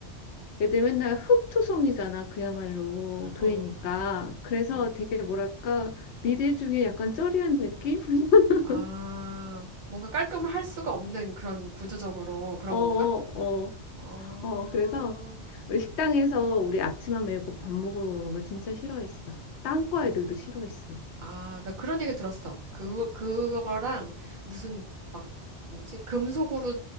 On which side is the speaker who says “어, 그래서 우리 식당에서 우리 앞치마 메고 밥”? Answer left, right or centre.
Left